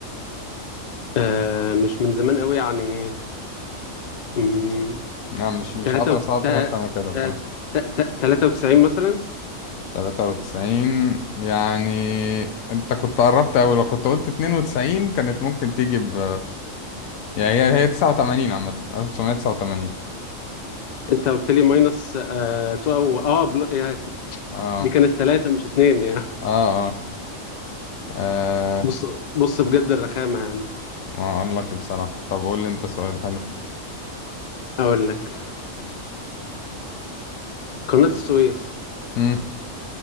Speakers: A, on the left; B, on the left.
A: آه مش من زمان قوي يعني أمم،
B: لا مش مش
A: تلاتة
B: هقدر
A: وت...
B: اساعدك
A: تا-
B: اكتر من كده بصراحة
A: تا- تا- تا- تلاتة وتسعين مثلا
B: 93 يعني انت كنت قربت قوي لو كنت قلت 92 كانت ممكن تيجي ب يعني هي هي 89 عامة 1989
A: انت قلت لي ماينس آه تو او اه بل... يعني
B: اه
A: دي كانت تلاتة مش اتنين يعني
B: اه اه, آه.
A: بص بص بجد الرخامة يعني
B: ما اقول لك إيه بصراحة طب قول لي انت سؤال
A: اقول لك قناة السويس
B: حلو